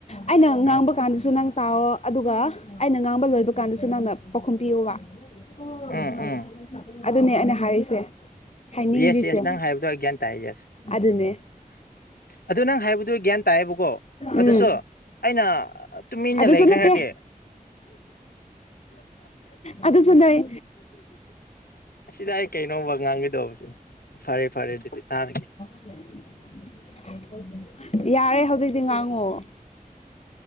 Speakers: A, on the left; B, on the left.
A: ꯑꯩꯅ ꯉꯥꯡꯕ
B: ꯎꯝ
A: ꯀꯥꯟꯗꯁꯨ ꯅꯪ ꯇꯥꯛꯑꯣ ꯑꯗꯨꯒ ꯑꯩꯅ ꯉꯥꯡꯕ ꯂꯣꯏꯕ ꯀꯥꯟꯗꯁꯨ ꯅꯪꯅ ꯄꯥꯎꯈꯨꯝ ꯄꯤꯌꯨꯕ ꯑꯣ
B: ꯎꯝ ꯎꯝ
A: ꯑꯗꯨꯅꯦ ꯑꯩꯅ ꯍꯥꯏꯔꯛꯏꯁꯦ ꯍꯥꯏꯅꯤꯡꯗ꯭ꯔꯤꯁꯦ
B: ꯌꯦꯁ ꯌꯦꯁ ꯅꯪ ꯍꯥꯏꯕꯗꯣ ꯑꯩ ꯒ꯭ꯌꯥꯟ ꯇꯥꯏ ꯌꯦꯁ
A: ꯑꯗꯨꯅꯦ
B: ꯑꯗꯨ ꯅꯪ ꯍꯥꯏꯕꯗꯨ ꯒ꯭ꯌꯥꯟ ꯇꯥꯏꯌꯦꯕꯀꯣ ꯑꯗꯨꯁꯨ
A: ꯎꯝ
B: ꯑꯩꯅ ꯇꯨꯃꯤꯟꯅ
A: ꯑꯗꯨꯁꯨ
B: ꯂꯩꯈ꯭ꯔꯦ
A: ꯅꯠꯇꯦ
B: ꯍꯥꯏꯔꯗꯤ
A: ꯑꯗ ꯆꯗꯥꯏꯦ
B: ꯁꯤꯗ ꯑꯩ ꯀꯩꯅꯣꯕ ꯉꯥꯡꯒꯗꯧꯕꯁꯦ ꯐꯔꯦ ꯐꯔꯦ ꯑꯗꯨꯗꯤ ꯇꯥꯟꯅꯒꯦ
A: <unintelligible> ꯌꯥꯔꯦ ꯍꯧꯖꯤꯛꯇꯤ ꯉꯥꯡꯉꯣ